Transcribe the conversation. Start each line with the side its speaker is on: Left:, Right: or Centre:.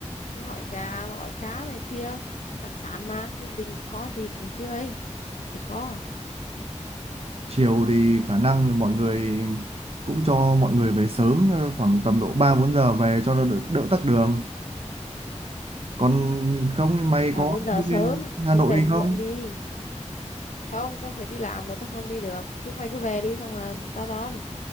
Left: gọi gà gọi cá này kia đặc sản mà Ninh Bình có gì cũng tươi chả có
Right: Chiều thì khả năng thì mọi người cũng cho mọi người về sớm ờ, khoảng tầm độ 3 4 giờ về cho nó đỡ, đỡ tắc đường. Còn không thì mày
Left: bà
Right: có
Left: bốn giờ sớm
Right: lên Hà
Left: chứ
Right: Nội
Left: về muộn
Right: không?
Left: đi không tao phải đi làm mà tao không đi được chúng mày cứ về đi xong là tao đón